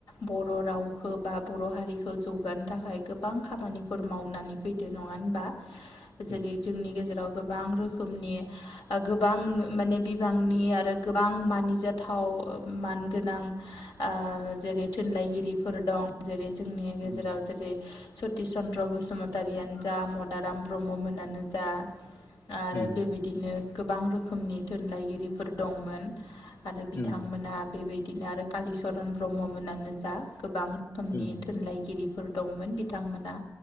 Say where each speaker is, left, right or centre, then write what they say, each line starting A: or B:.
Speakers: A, on the left; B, on the left.
A: बर' रावखौ बा बर' हारिखौ जौगानो थाखाय गोबां खामानिफोर मावनानै बिदि नङा होनबा
B: <inaudible>
A: जेरै जोंनि गेजेराव गोबां रोखोमनि गोबां माने बिबांनि आरो गोबां मानिजाथाव मानगोनां ओ जेरै थुनलाइगिरिफोर दं जेरै जोंनि
B: उम
A: गेजेराव जेरै सतिस चन्द्र बसुमतारियानो जा मदाराम ब्रह्म मोनानो जा आरो
B: उम
A: बेबायदिनो गोबां रोखोमनि थुनलाइगिरिफोर दंमोन आरो बिथांमोना
B: उम
A: बेबायदिनो आरो कालिचरन ब्रह्म मोनानो जा गोबां <unintelligible>
B: उम
A: थुनलाइगिरि फोर दंमोन बिथांमोना